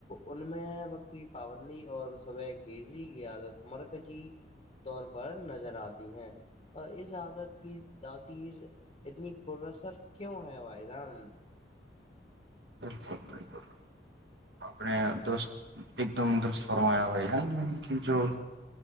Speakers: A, on the left; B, on the right.
A: ان میں وقت کی پابندی اور صبح کیزی کییادت مرکجی طور پر نظر آتی ہیں اور اس عادت کی تاثیر اتنی پرسر کیوں ہے بھائی جان
B: بالکل بالکل اپنے دست ایک دم دست فرمیا جو